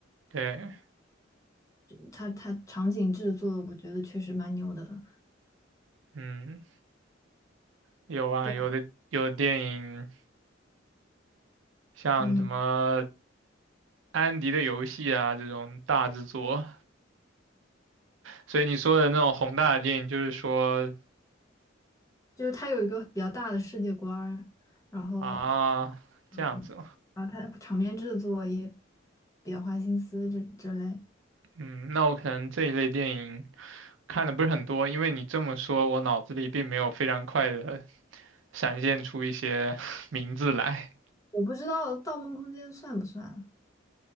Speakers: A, on the right; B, on the left.
A: 对，
B: 它它场景制作我觉得确实蛮牛的。
A: 嗯，有啊，
B: 对，
A: 有的有的电影像什么。
B: 嗯。
A: 安迪的游戏啊，这种大制作，所以你说的那种宏大的电影，就是说
B: 就是他有一个比较大的世界观儿然后
A: 啊，这样子，
B: 嗯，然后他场面制作也比较花心思这这类，
A: 嗯，那我可能这一类电影看的不是很多，因为你这么说，我脑子里并没有非常快的闪现出一些 <laughs> 名字来。
B: 我不知道《盗梦空间》算不算，